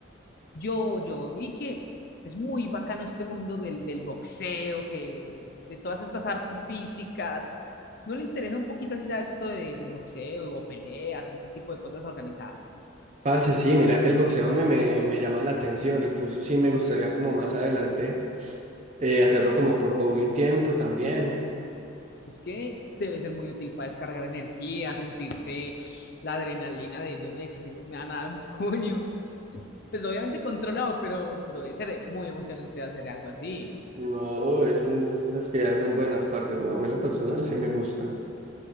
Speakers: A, on the left; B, on the right.
A: yo, yo vi que es muy bacano este mundo del, del boxeo, que de, de todas estas artes físicas. ¿No le interesa un poquito así, sabes, esto de- del boxeo o peleas y ese tipo de cosas organizadas?
B: Parce, sí, mira que el boxeo a mí me, me llama la atención, incluso sí me gustaría como más adelante eh, hacerlo como por hobby un tiempo también.
A: Es que debe ser muy útil para descargar energía, sentirse la adrenalina de, de uno decir, me van a dar un <laughs> puño. Pues obviamente controlado, pero, pero debe ser muy emocionante hacer algo así.
B: No, es un- es- esas que ya son buenas, parce. güey. A mí en lo personal sí me gusta.